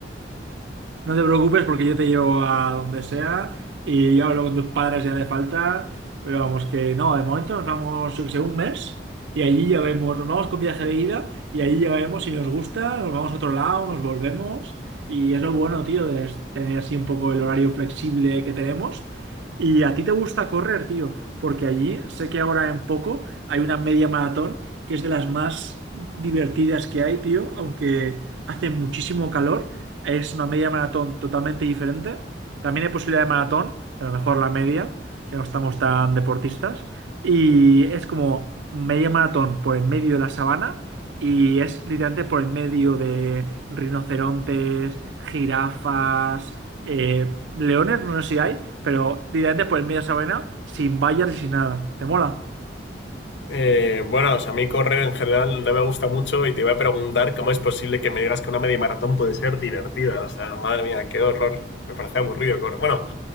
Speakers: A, on the right (about 80°); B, on the left (about 70°).
A: No te preocupes porque yo te llevo a donde sea y yo hablo con tus padres si hace falta, pero vamos que no, de momento nos vamos, yo que sé, un mes y allí ya vemos, nos vamos con viaje de ida y allí ya vemos si nos gusta, nos vamos a otro lado, nos volvemos y es lo bueno, tío, de tener así un poco el horario flexible que tenemos. Y a ti te gusta correr, tío, porque allí sé que ahora en poco hay una media maratón que es de las más divertidas que hay, tío, aunque hace muchísimo calor es una media maratón totalmente diferente. También hay posibilidad de maratón, pero mejor la media, que no estamos tan deportistas. Y es como media maratón por el medio de la sabana y es literalmente por el medio de rinocerontes, jirafas, eh, leones, no sé si hay, pero literalmente por el medio de la sabana, sin vallas y sin nada. ¿Te mola?
B: Eh, bueno, o sea, a mí correr en general no me gusta mucho y te iba a preguntar cómo es posible que me digas que una media maratón puede ser divertida. O sea, madre mía, qué horror. Me parece aburrido correr. Bueno,